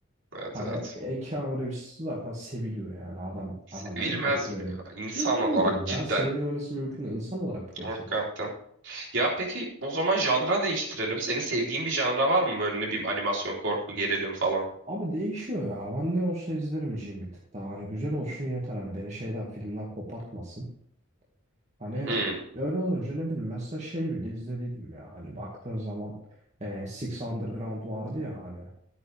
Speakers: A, on the right; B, on the right.
A: Evet
B: Hani
A: evet.
B: e, Keanu Reeves zaten seviliyor yani adam
A: Sevilmez
B: adam çok tatlı
A: mi
B: bir herif.
A: ya? İnsan
B: Mümkün
A: olarak
B: değil ya
A: cidden.
B: sevilmemesi mümkün değil insan olarak bir kere
A: Hakikaten.
B: çok iyi.
A: Ya peki o zaman janra değiştirelim. Senin sevdiğin bir janra var mı böyle ne bileyim animasyon, korku, gerilim falan?
B: Abi değişiyor ya ben ne olsa izlerim Jim bir tık daha hani güzel olsun yeter hani beni şeyden filmden kopartmasın. Hani
A: Hmm,
B: öyle olunca ne bileyim mesela şey bile izlediydim ya hani baktığın zaman e, Six Underground vardı ya hani.